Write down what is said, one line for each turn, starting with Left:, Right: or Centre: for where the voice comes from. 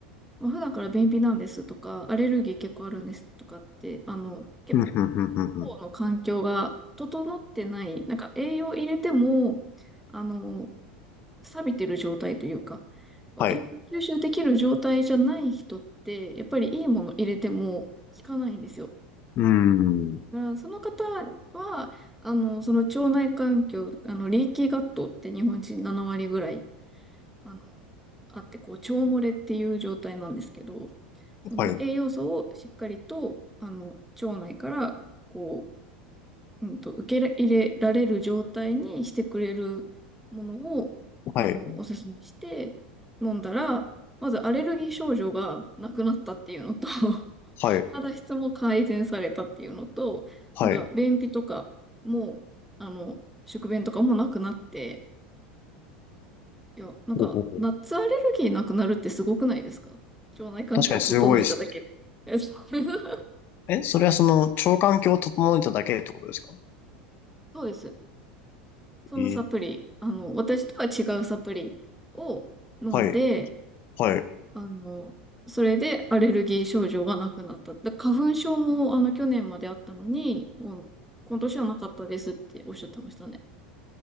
Centre: まあ、普段から便秘なんですとか、アレルギー結構あるんですとかって、あの、結構
Left: うん、うん、うん、うん。うん
Centre: の環境が整ってない、なんか栄養入れても、あの、錆びてる状態というか、
Left: はい。
Centre: 栄養吸収できる状態じゃない人って、
Left: う
Centre: やっぱりいいもの入れても効かないんですよ。
Left: ーん。
Centre: だからその方は、あの、その腸内環境、あの、リーキーガットって日本人7割ぐらいあの、あって、こう、腸漏れっていう状態なんですけど、その栄養素をしっかりと、
Left: はい。
Centre: あの、腸内から、こう、うんと、受け入れられる状態にしてくれるものを、あの、
Left: はい。
Centre: おすすめして飲んだら、まずアレルギー症状がなくなったっていうのと <laughs>
Left: はい。
Centre: 肌質も改善されたっていうのと、
Left: はい。
Centre: なんか、便秘とかも、あの、宿便とかもなくなって、いや、なんか、
Left: ほうほうほう。
Centre: ナッツアレルギーなくなるってすごくないですか腸内環境整えただけで。
Left: 確かにすごいっす。
Centre: <laughs> えそう <laughs>
Left: え、それはその、腸環境を整えただけってことですか
Centre: そうです。そのサプリ、
Left: えー
Centre: あの、私とは違うサプリを飲んで、
Left: はい。はい。
Centre: あの、それでアレルギー症状がなくなった。だ花粉症も、あの、去年まであったのに、もう今年はなかったですっておっしゃってましたね。